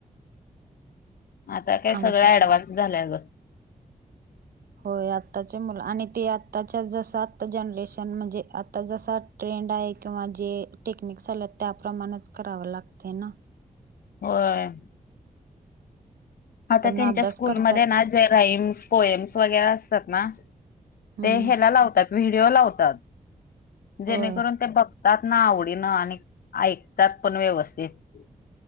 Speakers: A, on the left; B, on the right.
A: आता काय
B: आमच्याकडे
A: सगळ ऍडव्हान्स झाल्या गं
B: होय आत्ताचे मुलं आणि ते आत्ताच्या जस आत्ता जनरेशन म्हणजे आता जसा ट्रेंड आहे किंवा जे टेक्निकस आले त्याप्रमाणेच कराव लागते ना
A: होय आता
B: पण
A: त्यांच्या
B: अभ्यास
A: स्कूलमध्ये
B: करतात
A: ना जे राइम्स पोएम्स वगैरे असतात ना
B: हम्म
A: ते ह्याला लावतात व्हिडिओ लावतात जेणेकरून
B: होय
A: ते बघ तात ना आवडीन आणि ऐकतात पण व्यवस्थित